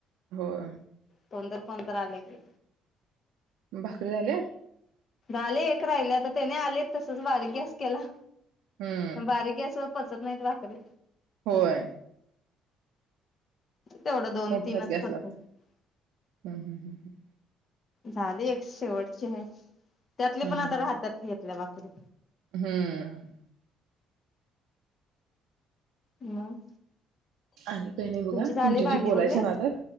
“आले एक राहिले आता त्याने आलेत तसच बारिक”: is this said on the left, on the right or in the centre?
Left